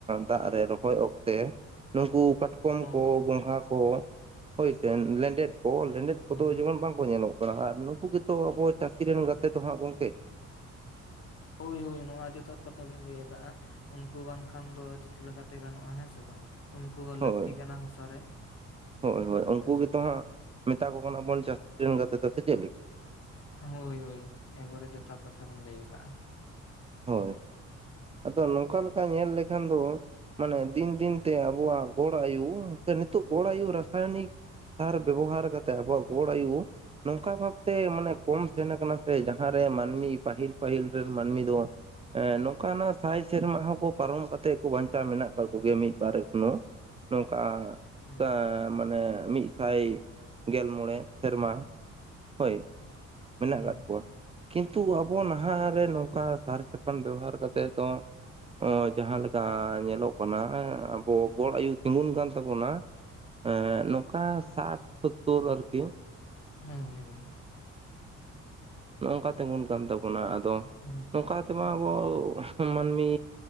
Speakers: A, on the right; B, on the left.
A: ᱫᱟᱜ ᱨᱮ ᱨᱚᱦᱚᱭ ᱚᱠ ᱛᱮ ᱱᱩᱠᱩ ᱠᱟᱴᱠᱚᱢ
B: ᱦᱳᱭ
A: ᱠᱚ ᱜᱚᱸᱜᱷᱟ ᱠᱚ ᱦᱳᱭᱥᱮ ᱞᱮᱸᱰᱮᱫ ᱠᱚ ᱞᱮᱸᱰᱮᱫ
B: ᱦᱳᱭ
A: ᱠᱚᱫᱚ ᱡᱮᱢᱚᱱ ᱵᱟᱝᱠᱚ ᱧᱮᱞᱚᱜ ᱠᱟᱱᱟ ᱟᱨ ᱱᱩᱠᱩ ᱜᱮᱛᱚ ᱟᱵᱚ ᱪᱟᱹᱥᱤ ᱨᱮᱱ ᱜᱟᱛᱮ ᱫᱚ ᱦᱟᱸᱜ ᱜᱚᱝᱠᱮ᱾
B: ᱦᱳᱭ ᱦᱳᱭ ᱱᱚᱣᱟ ᱡᱚᱛᱷᱟᱛ ᱠᱟᱛᱷᱟ ᱵᱤᱱ ᱞᱟᱹᱭ ᱟᱠᱟᱜᱼᱟ ᱾ ᱩᱱᱠᱩ ᱵᱟᱝᱠᱷᱟᱱ ᱫᱚ ᱪᱤᱠᱟᱹ ᱞᱮᱠᱟᱛᱮ ᱜᱟᱱᱚᱜᱼᱟ ᱦᱮᱸ ᱥᱮ ᱵᱟᱝ ᱩᱱᱠᱩ ᱞᱟᱹᱠᱛᱤ
A: ᱦᱳᱭ
B: ᱠᱟᱱᱟ ᱦᱟᱥᱟ ᱨᱮ
A: ᱦᱳᱭ ᱦᱳᱭ ᱩᱱᱠᱩ
B: ᱦᱮᱸᱥᱮ
A: ᱜᱮᱛᱚ ᱦᱟᱸᱜ ᱢᱮᱛᱟ ᱠᱚ ᱠᱟᱱᱟᱵᱚᱱ ᱪᱟᱹᱥᱤ ᱨᱮᱱ ᱜᱟᱛᱮ ᱫᱚ ᱥᱮ ᱪᱮᱫ <unintelligible>
B: ᱦᱳᱭ ᱦᱳᱭ ᱮᱠᱵᱟᱨᱮ ᱡᱚᱛᱷᱟᱛ ᱠᱟᱛᱷᱟ ᱵᱮᱱ ᱞᱟᱹᱭ ᱟᱠᱟᱜᱼᱟ᱾
A: ᱦᱳᱭ ᱟᱫᱚ ᱱᱚᱝᱠᱟ ᱞᱮᱠᱟ ᱧᱮᱞ ᱞᱮᱠᱷᱟᱱ ᱫᱚ᱾ ᱢᱟᱱᱮ ᱫᱤᱱ ᱫᱤᱱᱛᱮ ᱟᱵᱚᱣᱟᱜ ᱜᱚᱲ ᱟᱭᱩ ᱥᱮ ᱱᱤᱛᱚᱜ ᱜᱚᱲ ᱟᱭᱩ ᱨᱟᱥᱟᱭᱚᱱᱤᱠ ᱥᱟᱨ ᱵᱮᱵᱚᱦᱟᱨ ᱠᱟᱛᱮ ᱟᱵᱚᱣᱟᱜ ᱜᱚᱲ ᱟᱭᱩ ᱱᱚᱝᱠᱟ ᱵᱷᱟᱵᱛᱮ ᱢᱟᱱᱮ ᱠᱚᱢ ᱥᱮᱱ ᱟᱠᱟᱱᱟ ᱥᱮ ᱡᱟᱦᱟ ᱨᱮ ᱢᱟᱱᱢᱤ ᱯᱟᱦᱤᱞ ᱯᱟᱦᱤᱞ ᱨᱮᱱ ᱢᱟᱹᱱᱢᱤ ᱫᱚ ᱮᱸ ᱱᱚᱝᱠᱟᱱᱟᱜ ᱥᱟᱭ ᱥᱮᱨᱢᱟ ᱦᱚᱸᱠᱚ ᱯᱟᱨᱚᱢ ᱠᱟᱛᱮᱜ ᱠᱚ ᱵᱟᱧᱪᱟᱣ ᱢᱮᱱᱟᱜ ᱟᱠᱟᱫ ᱠᱚᱜᱮᱭᱟ ᱢᱤᱫ ᱵᱟᱨ ᱮᱠᱷᱚᱱᱳ ᱱᱚᱝᱠᱟ <unintelligible>
B: ᱦᱮᱸ
A: ᱢᱟᱱᱮ ᱢᱤᱫᱥᱟᱭ ᱜᱮᱞ ᱢᱚᱬᱮ ᱥᱮᱨᱢᱟ ᱦᱳᱭ ᱢᱮᱱᱟᱜ
B: ᱦᱮᱸ
A: ᱠᱟᱜ ᱠᱚᱣᱟ ᱠᱤᱱᱛᱩ ᱟᱵᱚ ᱱᱟᱦᱟᱸᱜ ᱨᱮ ᱱᱚᱝᱠᱟ ᱥᱟᱨ ᱥᱟᱠᱟᱢ ᱵᱮᱵᱚᱦᱟᱨ ᱠᱟᱛᱮ ᱫᱚ ᱡᱟᱦᱟᱸ ᱞᱮᱠᱟ ᱧᱮᱞᱚᱜ ᱠᱟᱱᱟ ᱟᱵᱚ ᱜᱚᱲ ᱟᱭᱩ ᱛᱤᱸᱜᱩᱱ ᱠᱟᱱ ᱛᱟᱵᱚᱱᱟ᱾ ᱮᱸ ᱱᱚᱝᱠᱟ ᱥᱟᱴ ᱥᱳᱛᱛᱳᱨ ᱟᱨᱠᱤ᱾
B: ᱦᱳᱭ ᱦᱳᱭ
A: ᱱᱚᱜ ᱱᱚᱝᱠᱟ ᱛᱤᱸᱜᱩᱱ ᱠᱟᱱ ᱛᱟᱵᱚᱱᱟ ᱟᱫᱚ
B: ᱦᱮᱸ
A: ᱱᱚᱝᱠᱟ ᱛᱮᱢᱟ ᱟᱵᱚ ᱢᱟᱹᱱᱢᱤ